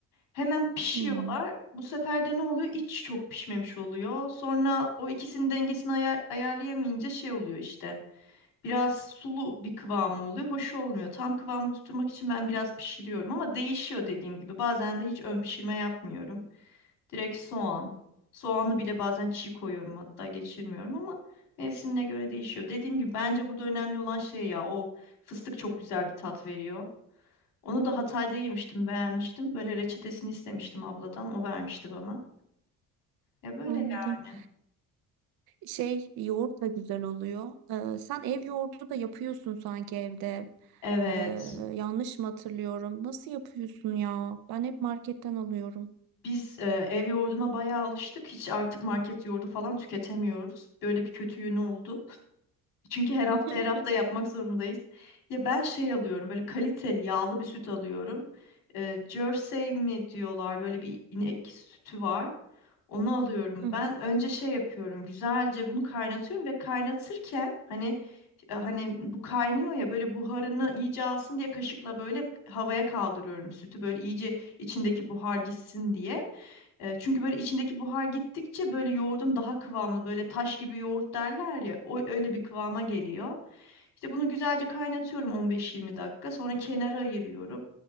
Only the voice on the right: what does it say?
Hmm,
anladım.
Şey yoğurt da güzel oluyor. Ee, sen ev yoğurdu da yapıyorsun sanki evde.
Ee, yanlış mı hatırlıyorum? Nasıl yapıyorsun ya? Ben hep marketten alıyorum.
<laughs>
Hı hı,